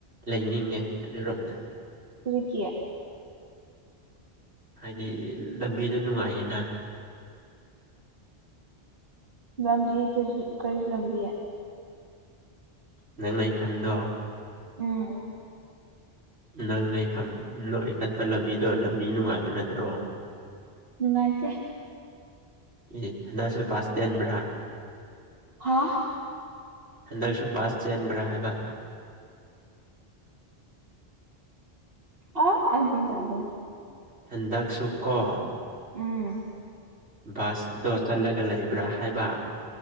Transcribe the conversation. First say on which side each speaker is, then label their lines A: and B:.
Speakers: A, on the right; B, on the right.
A: ꯂꯩꯅꯤꯡꯉꯦ ꯑꯗꯨꯔꯣꯝꯗ
B: ꯀꯌꯥ
A: ꯍꯥꯏꯗꯤ ꯂꯝꯕꯤꯗꯣ ꯅꯨꯡꯉꯥꯏꯅꯤꯅ
B: ꯂꯕꯤꯕꯤ ꯀꯔꯤ ꯂꯪꯕꯤ ꯑꯦ
A: ꯅꯪ ꯂꯩꯐꯝꯗꯣ
B: ꯎꯝ
A: ꯅꯪꯅ ꯏꯐꯝ ꯅꯣꯏ ꯀꯠꯄ ꯂꯝꯕꯤꯗꯣ ꯂꯝꯕꯤ ꯅꯨꯡꯉꯥꯏꯕ ꯅꯠꯇ꯭ꯔꯣ
B: ꯅꯨꯡꯉꯥꯏꯇꯦ
A: ꯑꯦ ꯅꯪꯁꯨ ꯁꯇꯦꯟꯕ꯭ꯔ
B: ꯍꯥꯥ
A: ꯍꯟꯗꯛꯁꯨ ꯄꯥꯁ ꯆꯦꯟꯟꯕ꯭ꯔꯥ ꯍꯥꯏꯕ
B: ꯑꯣ ꯑꯩꯗꯤ ꯃꯥꯟꯇꯦ
A: ꯍꯟꯗꯛꯁꯨ ꯀꯣ
B: ꯎꯝ
A: ꯕꯥꯁꯇꯣ ꯆꯠꯂꯒ ꯂꯩꯕ꯭ꯔꯥ ꯍꯥꯏꯕ